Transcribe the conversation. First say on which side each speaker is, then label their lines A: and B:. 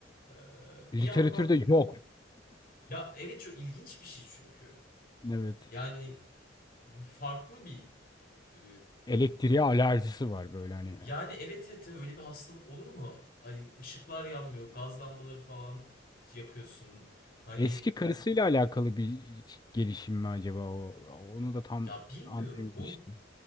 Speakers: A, on the left (about 50°); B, on the left (about 20°).
A: Ee,
B: Literatürde
A: bir yandan
B: yok.
A: ya evet çok ilginç bir şey çünkü.
B: Evet.
A: Yani farklı bir e,
B: Elektriğe alerjisi var böyle hani.
A: yani evet evet tabii öyle bir hastalık olur mu? Hani ışıklar yanmıyor, gaz lambaları falan yakıyorsun. Hani
B: Eski karısıyla alakalı bir gelişim mi acaba o? Onu da tam
A: ya bilmiyorum.
B: anlayamamıştım.
A: Onu